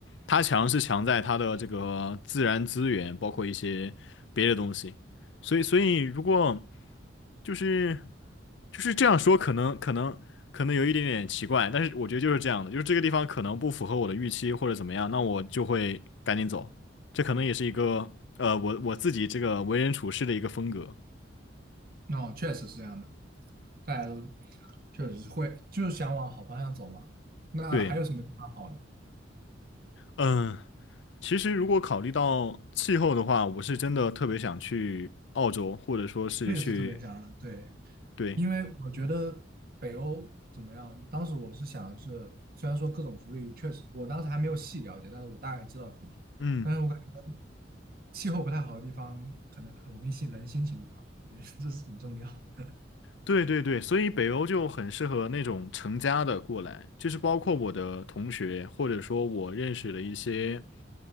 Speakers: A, on the left; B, on the right.
A: 它强是强在它的这个自然资源，包括一些别的东西。所以，所以如果就是就是这样说，可能可能可能有一点点奇怪，但是我觉得就是这样的，就是这个地方可能不符合我的预期或者怎么样，那我就会赶紧走。这可能也是一个呃，我我自己这个为人处事的一个风格。
B: 哦，确实是这样的，大家都确实是会就是想往好方向走嘛。那还有什么地方好呢？
A: 对，嗯，其实如果考虑到气候的话，我是真的特别想去澳洲，或者说是去，
B: 我也是特别想，对，
A: 对，
B: 因为我觉得北欧怎么样？当时我是想的是，虽然说各种福利确实，我当时还没有细了解，但是我大概知道很好。
A: 嗯。
B: 但是我感觉气候不太好的地方，可能很容易心人心情不好，我觉得这是很重要的。
A: 对对对，所以北欧就很适合那种成家的过来，就是包括我的同学，或者说我认识的一些